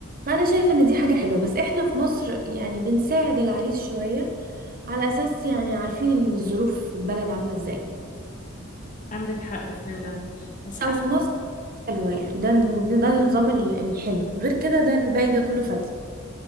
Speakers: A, on the right; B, on the left.
A: فأنا شايفة إن دي حاجة حلوة بس إحنا في مصر يعني بنساعد العريس شوية على أساس يعني عارفين إن الظروف في البلد عاملة إزاي
B: عندك حق فعلا بس حاسة
A: أو في مصر
B: إن-
A: حلوة يعني ده ده النظام ال- الحلو غير كده ده الباقي ده كله فاتي